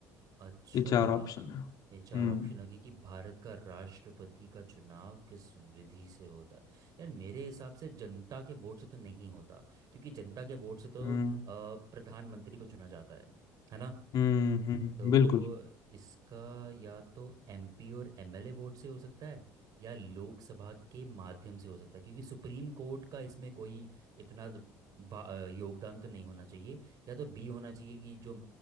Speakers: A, on the right (about 55°); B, on the left (about 60°).
A: अच्छा
B: ये चार ऑप्शन है हम्म
A: ये चार ऑप्शन आगे कि भारत का राष्ट्रपति का चुनाव किस विधि से होता है यार मेरे हिसाब से जनता के वोट से तो नहीं होता क्योंकि जनता के वोट से तो
B: हम्म
A: अ, प्रधानमंत्री को चुना जाता है है ना
B: हम्म हम्म,
A: तो
B: बिल्कुल
A: इसका या तो एमपी और एमएलए वोट से हो सकता है या लोकसभा के माध्यम से हो सकता है क्योंकि सुप्रीम कोर्ट का इसमें कोई इतना द- बा- अ, योगदान तो नहीं होना चाहिए या तो बी होना चाहिए कि जो